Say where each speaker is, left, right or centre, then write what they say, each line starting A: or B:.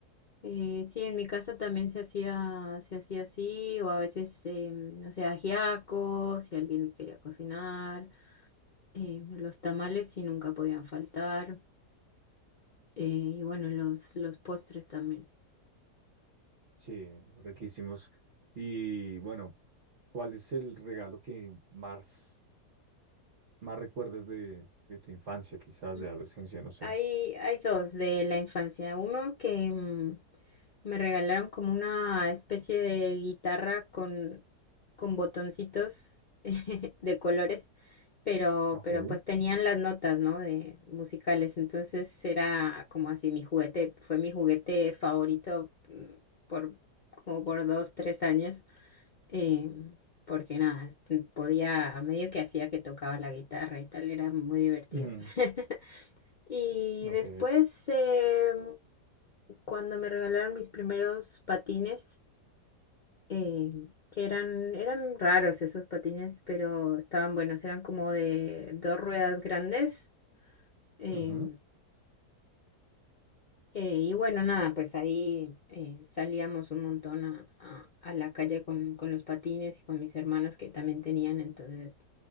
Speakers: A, on the left; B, on the right.
A: Eh, sí, en mi casa también se hacía, se hacía así, o a veces, eh, no sé, ajiaco, si alguien quería cocinar, eh, los tamales sí nunca podían faltar, eh, y bueno, los, los postres también.
B: Sí, riquísimos. Y bueno, ¿cuál es el regalo que más, más recuerdas de, de tu infancia, quizás
A: Mm,
B: de adolescencia? No sé.
A: Hay, hay dos de la infancia, uno que mm, me regalaron como una especie de guitarra con, con botoncitos <laughs> de colores. pero,
B: Ok,
A: pero pues tenían las notas, ¿no? De musicales, entonces era como así mi juguete, fue mi juguete favorito mm, por como por dos, tres años, eh, porque nada, es- mm, podía, medio que hacía que tocaba la guitarra y tal, era muy divertido.
B: ujú,
A: <laughs> Y
B: ok,
A: después, eh, cuando me regalaron mis primeros patines, eh, que eran, eran raros esos patines, pero estaban buenos, eran como de dos ruedas grandes. em,
B: ujú,
A: eh, y bueno, nada, pues ahí eh, salíamos un montón a, a- a la calle con, con los patines y con mis hermanos que también tenían, entonces